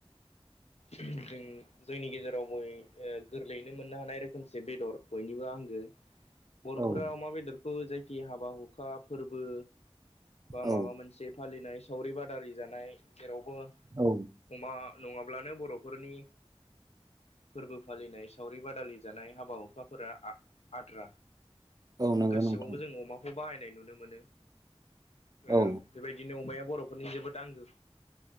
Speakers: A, on the left; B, on the right.
A: जों जोंनि गेजेराव गय ओ गोरलैयैनो मोननो हानाय रोखोमसे बेदर बयनिबो आंगो बर'फोरा
B: औ
A: अमा बेदरखौ जायखि हाबा हुखा फोरबो बा माबा
B: औ
A: मोनसे फालिनाय सावरि बादारि जानाय जेरावबो
B: औ
A: अमा नङाब्लानो बर'फोरनि फोरबो फालिनाय सावरि बादालि जानाय हाबा हुखा फोर आद्रा
B: औ नंगौ
A: गासिबावबो
B: नोंथां
A: जों अमाखौ बाहायनाय नुनो मोनो औ
B: औ
A: बेबायदिनो अमाया बर'फोरनि जोबोद आंगो